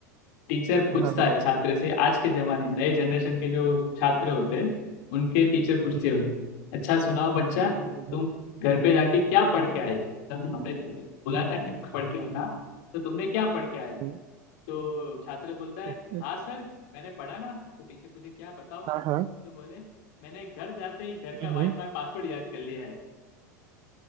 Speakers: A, on the left (about 60°); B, on the right (about 45°).
A: टीचर पूछता
B: हाँ हाँ
A: है छात्र से आज के जमाने नए जनरेशन
B: हम्म,
A: के जो छात्र होते हैं उनके टीचर पूछते
B: हम्म,
A: हो अच्छा सुनाओ बच्चा
B: हम्म,
A: तुम
B: हम्म,
A: घर पे जाके क्या पढ़ के आए तब हमने बोला था घर पे पढ़ के आना तो तुमने क्या पढ़ के आए
B: हम्म,
A: तो छात्र बोलता है
B: ठीक है
A: हाँ सर मैंने पढ़ा ना तो टीचर पूछे क्या बताओ
B: हाँ हाँ
A: तो बोले मैंने घर जाते ही घर का
B: हम्म
A: वाईफाई पासवर्ड याद कर लिया है